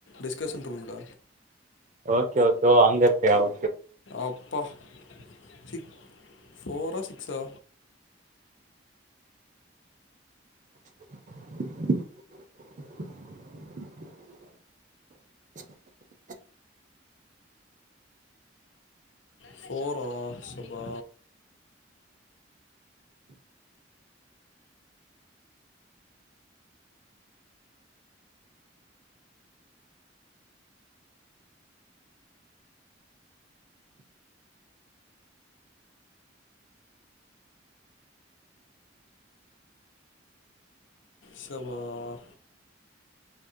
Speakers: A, on the left; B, on the right.
A: டிஸ்கஷன் ரூம்ல
B: ஓகே ஓகே ஓ அங்க இருப்பியா ஓ
A: அப்பா ச்சி ஃபோரா சிக்ஸா
B: <inaudible> <inaudible>
A: ஃபோரா ஸ்சபா ஸ்சபாஹ்